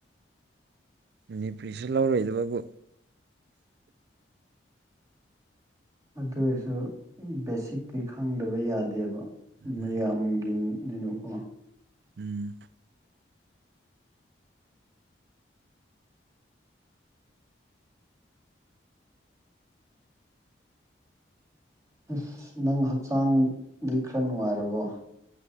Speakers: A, on the right; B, on the right.
A: ꯃꯅꯤꯄꯨꯔꯤꯁꯤ ꯂꯧꯔꯣꯏꯗꯕꯕꯨ
B: ꯑꯗꯨ ꯑꯣꯏꯔꯁꯨ ꯑꯝ ꯕꯦꯁꯤꯛꯇꯤ ꯈꯪꯗꯕ ꯌꯥꯗꯦꯕ
A: ꯎꯝ
B: ꯃꯌꯥꯝꯒꯤ ꯗꯨꯅꯀꯣ
A: ꯎꯝ
B: ꯏꯁꯅꯪ ꯍꯛꯆꯥꯡꯗꯤ ꯈꯔ ꯅꯨꯡꯉꯥꯏꯔꯕꯣ